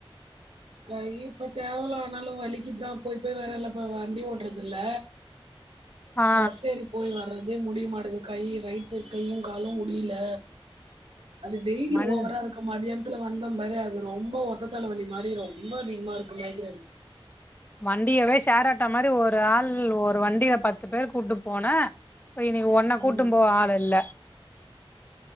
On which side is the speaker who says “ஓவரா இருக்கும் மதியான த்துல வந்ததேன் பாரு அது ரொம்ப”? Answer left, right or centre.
Right